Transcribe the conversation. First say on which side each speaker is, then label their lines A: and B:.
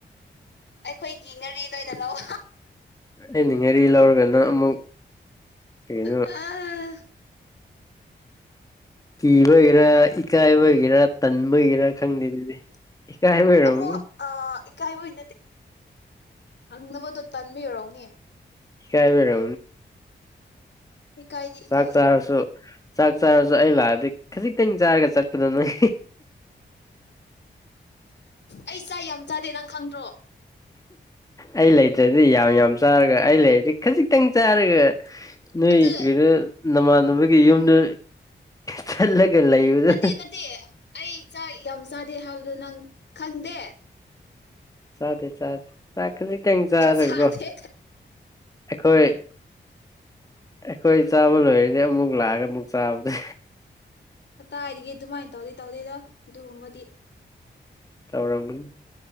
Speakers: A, on the left; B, on the left.
A: ꯑꯩꯈꯣꯏꯒꯤ ꯉꯔꯤꯗ ꯑꯣꯏꯅ ꯂꯥꯛꯑꯣ
B: ꯑꯩꯅ ꯉꯥꯔꯤ ꯂꯧꯔꯒꯅ ꯑꯃꯨꯛ ꯀꯩꯅꯣ
A: ꯑ
B: ꯀꯤ ꯑꯣꯏꯒꯦꯔ ꯏꯀꯥꯏ ꯒꯦꯔ ꯇꯟꯕꯒꯔ ꯈꯪꯗꯦ ꯑꯗꯨꯗꯤ ꯀꯥꯏ ꯑꯣꯏꯔꯅꯤ
A: ꯑꯃꯨꯛ ꯑ ꯏꯀꯥꯏꯕꯩ ꯍꯪꯅꯕꯗꯣ ꯇꯥꯟꯕꯤꯨꯔꯣꯅꯦ
B: ꯀꯥꯏ ꯃꯗꯥ
A: ꯏꯀꯥꯏꯗꯤ
B: ꯆꯥꯛ
A: ꯏꯀꯥꯏꯗꯕꯅꯤꯗ
B: ꯆꯥꯔꯁꯨ ꯆꯥꯛ ꯆꯥꯔꯁꯨ ꯑꯩ ꯂꯥꯛꯑꯗꯤ ꯈꯖꯤꯛꯇꯪ ꯆꯥꯔꯒ ꯆꯠꯄꯗ ꯅꯪ
A: ꯑꯩꯁ ꯌꯥꯝ ꯆꯥꯗꯦ ꯅꯪ ꯈꯪꯗ꯭ꯔꯣ
B: ꯑꯩ ꯂꯩꯇ꯭ꯔꯗꯤ ꯌꯥꯝ ꯌꯥꯝ ꯆꯥꯔꯒ ꯑꯩ ꯂꯩꯔꯤꯁꯦ ꯈꯖꯤꯛꯇꯪ ꯆꯥꯔꯒ ꯅ
A: ꯑꯗꯨ
B: ꯀꯔꯤꯗ ꯅꯃꯥꯟꯅꯕꯒꯤ ꯌꯨꯝꯗꯨ ꯆꯠꯂꯒ ꯂꯩꯕꯗꯨ
A: ꯅꯠꯇꯦ ꯅꯠꯇꯦ ꯑꯩ ꯆꯥꯛ ꯌꯥꯝ ꯆꯥꯗꯦ ꯍꯥꯏꯕꯗꯣ ꯅꯪ ꯈꯪꯗꯦ
B: ꯁꯥꯇꯦ ꯁꯥꯠ ꯆꯥꯛꯀꯁꯤ ꯀꯩ ꯆꯥꯔꯒꯣ
A: ꯆꯥꯗꯦ
B: ꯑꯩꯈꯣꯏ ꯑꯩꯈꯣꯏ ꯆꯥꯕ ꯂꯣꯏꯔꯤꯁꯦ ꯑꯃꯨꯛ ꯂꯥꯛꯑꯒ ꯑꯃꯨꯛ ꯆꯥꯕꯅꯦ
A: ꯀꯗꯥꯏꯗꯒꯤ ꯑꯗꯨꯃꯥꯏꯅ ꯇꯧꯗꯦ ꯇꯧꯗꯦꯗ ꯑꯗꯨꯒꯨꯝꯕꯗꯤ
B: ꯇꯧꯔꯝꯒꯅꯤ